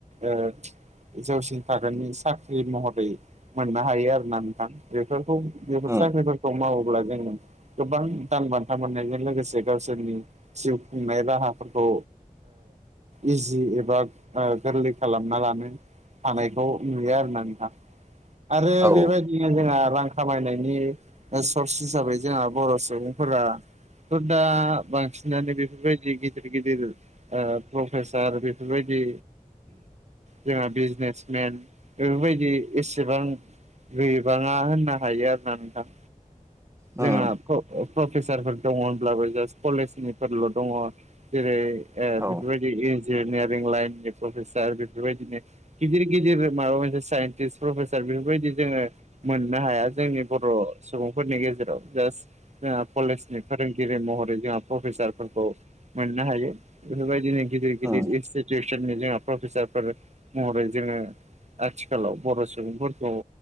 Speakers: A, on the right; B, on the right.
A: ओ जौसिन थागोननि साख्रि महरै मोननो हायो आरोना नोंथां बेफोरखौ बेफोर
B: उम
A: साख्रि खौ मावोब्ला जोङो गोबां दान बान्था मोननायजों लोगोसे गावसोरनि जिउ खुंनाय राहाफोरखौ इजि एबा गोरलै खालामना लानो हानायखौ नुयो आरोना नोंहा आरो
B: औ
A: बेबायदि नो जोंहा रां खामायनायनि सर्स हिसाबै जोंहा बर' सुबुंफोरा दा बांसि नानै बेफोरबायदि गिदिर गिदिर प्रफेसार बेफोरबायदि जोंहा बिजनेसमेन बेफोरबायदि एसेबां गोबाङा होननो हायो आरो ना नोंथां
B: उम
A: जोंहा प्रफेसारफोर दङ होनब्लाबो जास्ट कलेजनिफोरल' दङ जेरै
B: औ
A: बेफोरबायदि इन्जिनियारिं लाइननि प्रफेसार बेफोरबायदिनो गिदिर गिदिर माबा मोनसे साइन्टिस्ट प्रफेसार बेफोरबायदि जोङो मोननो हाया जोंनि बर' सुबुंफोरनि गेजेराव जास्ट जोंहा कलेजनि फोरोंगिरि महरै जोंहा प्रफेसार फोरखौ मोननो हायो बेफोरबायदिनो गिदिर गिदिर
B: उम
A: इनस्टिटिउसननि जोंहा प्रफेसारफोर महरै जोङो आथिखालाव बर' सुबुंफोरखौ